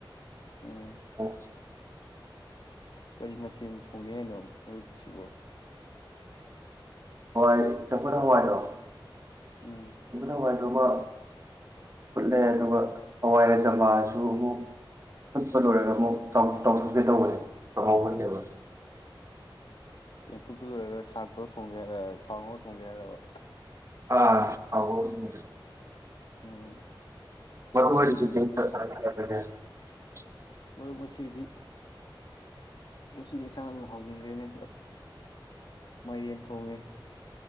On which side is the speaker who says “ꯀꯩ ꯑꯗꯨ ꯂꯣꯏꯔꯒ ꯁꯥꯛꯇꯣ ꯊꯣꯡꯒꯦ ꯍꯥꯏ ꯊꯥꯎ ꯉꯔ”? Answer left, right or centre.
Left